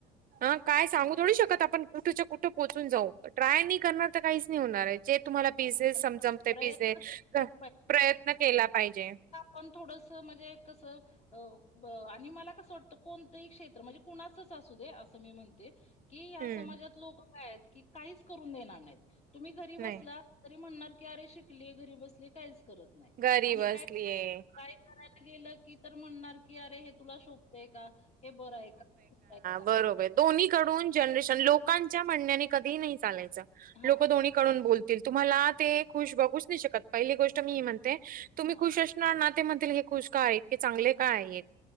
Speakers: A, on the right; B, on the left.
A: हा काय सांगु थोड शकतो आपण कुठच्या कुठं पोचून जाऊ. ट्राय नाही करणार तर काहीच नाही होणार. आहे जे तुम्हाला पिझे
B: पण
A: समजमते
B: प्रयत्न
A: पिझे
B: तर केलेच
A: प्रयत्न केला पाहिजे.
B: पण थोडसं म्हणजे कसं अ हो आणि मला कसं वाटतं कोणतंही क्षेत्र म्हणजे, कुणाचच असू दे असं मी म्हणते. कि ह्या
A: हम्म
B: समाजात लोक काय आहेत की, काहीच करून देणार नाहीत तुम्ही घरी बसला
A: नाही
B: तरी म्हणणार की अरे शिकली घरी बसली काहीच करत नाही.
A: घरी
B: आणि
A: बसलीय
B: काय, काय करायला गेलं की तर म्हणणार की, अरे हे तुला शोभतय का? हे बरं आहे का? का?"
A: बरोबर दोन्हीकडून
B: हां
A: जनरेशन लोकांच्या म्हणण्याने कधीही नाही चालायच
B: हां
A: लोक दोन्ही कडुन बोलतील. तुम्हाला ते खुश बघुन नाही शकत पहिली गोष्ट मी ही म्हणते. तुम्ही
B: हां
A: खुश नाते म्हणतील हे खुश का आहेत? चांगले का
B: हां
A: आहेत?